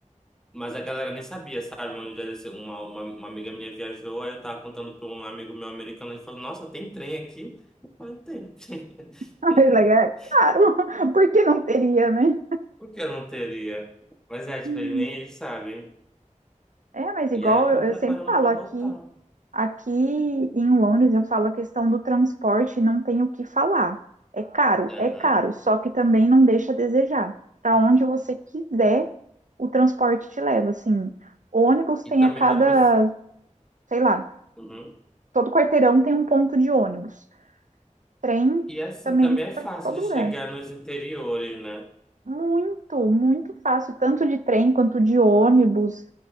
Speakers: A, in the centre; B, on the right.
A: mas a galera nem sabia, sabe? Uma, vez uma, uma, uma amiga minha viajou, aí eu tava contando pra um amigo meu americano, ele falou, nossa, tem trem aqui? Eu falei, tem.
B: <laughs> Mas
A: <laughs>
B: Legal. Claro, <laughs> porque não teria, né?
A: Por que eu não teria? Mas é, tipo,
B: Hum.
A: ele nem eles sabem.
B: É, mas igual
A: E aí eu tô
B: eu
A: me preparando
B: eu sempre falo
A: pra
B: aqui
A: voltar.
B: Aqui em Londres, eu falo a questão do transporte, não tem o que falar. É caro,
A: Aham.
B: é caro, só que também não deixa a desejar. Para onde você quiser, o transporte te leva. Assim, ônibus
A: E
B: tem
A: também
B: a cada,
A: vai pro...
B: sei lá,
A: Uhum.
B: todo quarteirão tem um ponto de ônibus. Trem
A: E assim,
B: também
A: também é fácil
B: para todo
A: de
B: lugar.
A: chegar nos interiores, né?
B: Muito, muito fácil, tanto de trem quanto de ônibus.